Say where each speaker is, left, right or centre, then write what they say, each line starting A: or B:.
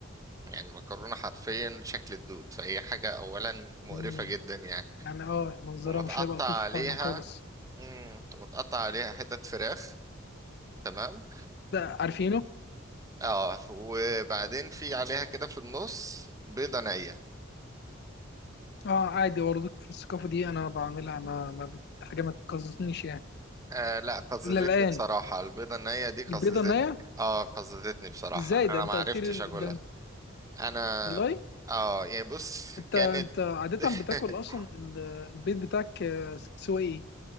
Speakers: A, on the right; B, on the left.
A: يعني مكرونة حرفيا شكل الدود فهي حاجة أولا مقرفة
B: امم
A: جدا يعني
B: يعني اه منظرها
A: ومتقطع
B: مش هيبقى لطيف
A: عليها
B: فعلا خالص
A: مم، متقطع عليها حتت فراخ تمام
B: ده عارفينه
A: اه وبعدين في عليها كده في النص بيضة نية
B: اه عادي برضك في الثقافه دي انا بعملها ما ما بت... حاجه ما تقززنيش يعني
A: آه لا قززتني
B: الا الان
A: بصراحة البيضة النية دي قززتني
B: البيضه النيه
A: اه قززتني بصراحة
B: ازاي
A: انا
B: ده انت
A: ما عرفتش
B: قلت لي
A: اكلها
B: ده انت...
A: انا
B: والله
A: اه يعني بص
B: انت
A: كانت
B: انت عادة
A: <laughs>
B: بتاكل اصلا ال- البيض بتاعك آه، سوا ايه؟